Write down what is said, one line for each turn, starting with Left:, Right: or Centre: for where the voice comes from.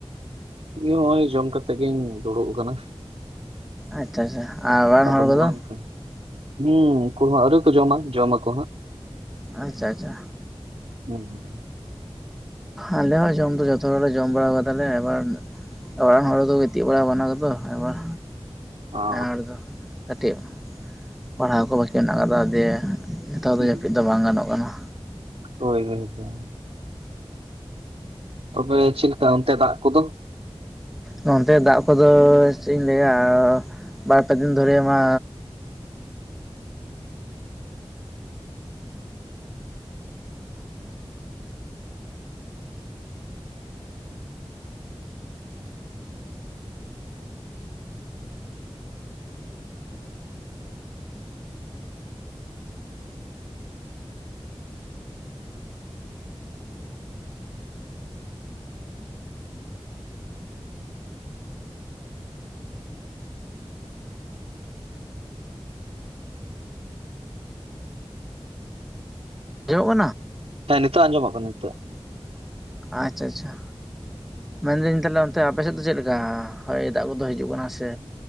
Right: ᱤᱧ ᱦᱚᱸ ᱱᱚᱚᱭ ᱡᱚᱢ ᱠᱟᱛᱮᱜ ᱜᱤᱧ ᱫᱩᱲᱩᱵ ᱟᱠᱟᱱᱟ᱾
Centre: ᱟᱪᱪᱷᱟ ᱟᱪᱪᱷᱟ ᱨᱮᱱ ᱟᱨ
Right: ᱟᱫᱚ
Centre: ᱦᱚᱲ
Right: ᱢᱳᱵᱟᱭᱤᱞ
Centre: ᱠᱚᱫᱚ
Right: ᱦᱮᱸ ᱩᱱᱠᱩᱦ ᱟᱹᱣᱨᱤ ᱠᱚ ᱡᱚᱢᱟ ᱡᱚᱢ ᱟᱠᱚ ᱦᱟᱸᱜ
Centre: ᱟᱪᱪᱷᱟ ᱟᱪᱪᱷᱟ᱾
Right: ᱦᱩᱸᱻ
Centre: ᱟᱞᱮ ᱦᱚᱸ ᱡᱚᱢ ᱫᱚ ᱡᱚᱛᱚ ᱦᱚᱲ ᱞᱮ ᱡᱚᱢ ᱵᱟᱲᱟ ᱟᱠᱟᱫᱟᱞᱮ ᱮᱵᱟᱨ᱾ ᱚᱲᱟᱜ ᱦᱚᱲ ᱫᱚ ᱜᱤᱛᱤᱡ ᱵᱟᱲᱟ ᱟᱠᱟᱱᱟ ᱠᱚ, ᱮᱵᱟᱨ
Right: ᱚ
Centre: ᱟᱨᱫᱚ ᱠᱟᱹᱴᱤᱡ ᱯᱟᱲᱦᱟᱣ ᱠᱚ ᱵᱟᱠᱤ ᱢᱮᱱᱟᱜ ᱟᱠᱟᱫᱟ ᱫᱤᱭᱮ ᱱᱮᱛᱟᱨ
Right: ᱦᱩᱸ
Centre: ᱫᱚ ᱡᱟᱹᱯᱤᱫ ᱫᱚ ᱵᱟᱝ ᱜᱟᱱᱚᱜ ᱠᱟᱱᱟ᱾
Right: ᱦᱳᱭ ᱦᱳᱭ ᱦᱳᱭ ᱛᱚᱵᱮ ᱪᱮᱫ ᱞᱮᱠᱟ ᱚᱱᱛᱮ ᱫᱟᱜ ᱠᱚᱫᱚ?
Centre: ᱱᱚᱱᱛᱮ ᱫᱟᱜ ᱠᱚᱫᱚ ᱪᱮᱫ ᱤᱧ ᱞᱟᱹᱭᱟ ᱵᱟᱨᱯᱮ ᱫᱤᱱ ᱫᱷᱚᱨᱮ ᱢᱟ ᱦᱳᱭᱳᱜ ᱠᱟᱱᱟ?
Right: ᱦᱮᱸ ᱱᱤᱛᱚᱜ ᱟᱸᱡᱚᱢᱚᱜ ᱠᱟᱱᱟ ᱱᱤᱛᱚᱜ᱾
Centre: ᱟᱪᱪᱷᱟ ᱟᱪᱪᱷᱟ ᱢᱮᱱᱫᱟᱹᱧ ᱛᱟᱷᱞᱮ ᱚᱱᱛᱮ ᱟᱯᱮ ᱥᱮᱫ ᱫᱚ ᱪᱮᱫ ᱞᱮᱠᱟ ᱦᱚᱭ ᱫᱟᱜ ᱠᱚᱫᱚ ᱦᱤᱡᱩᱜ ᱠᱟᱱᱟ? ᱥᱮ